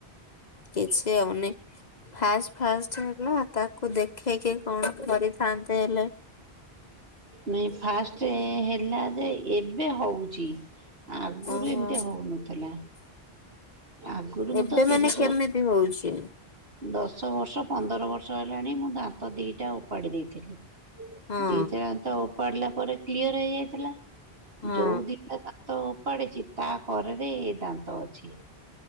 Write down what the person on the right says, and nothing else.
ନାଇଁ ଫାଷ୍ଟ ହେଲା ଯେ ଏବେ ହଉଛି। ଆଗରୁ
ଏମିତି ହଉନଥିଲା ଆଗରୁ
ମୁଁ ତ ତିରିଶ
ବର୍ଷ
ଦଶ ବର୍ଷ ପନ୍ଦର ବର୍ଷ ହେଲାଣି ମୁଁ ଦାନ୍ତ ଦିଟା ଓପାଡି ଦେଇଥିଲି।
ଦିଥର ଦାନ୍ତ ଉପାଡିଲା ପରେ କ୍ଲିୟର ହେଇଯାଇଥିଲା
ଯୋଉ ଦି ଟା ଦାନ୍ତ ଉପାଡିଛି ତା କରରେ ଦାନ୍ତ ଅଛି।